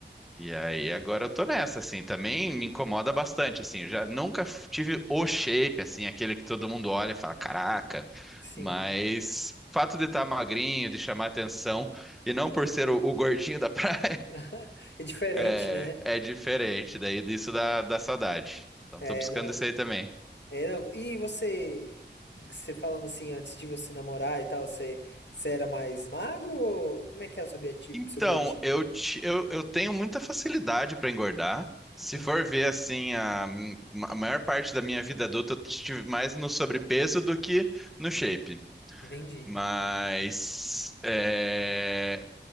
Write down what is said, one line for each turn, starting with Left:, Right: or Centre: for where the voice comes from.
Centre: E aí agora eu tô nessa, assim, também me incomoda bastante, assim, eu já nunca f- tive o shape, assim, aquele que todo mundo olha e fala, caraca,
Left: Sim.
Centre: mas fato de estar magrinho, de chamar atenção, e não por ser o, o gordinho da praia,
Left: <laughs> É diferente,
Centre: é,
Left: né?
Centre: é diferente daí disso da, da saudade. Então
Left: É,
Centre: tô buscando
Left: não.
Centre: isso aí também.
Left: É, não. E você, você falando assim, antes de você namorar e tal, você, você era mais magro ou como é que é o seu biotipo?
Centre: Então,
Left: Seu biotipo?
Centre: eu, ti- eu, eu tenho muita facilidade para engordar. Se
Left: Uhum.
Centre: for ver assim, a, a maior parte da minha vida adulta eu estive mais no sobrepeso do que no shape.
Left: Entendi.
Centre: Mas é,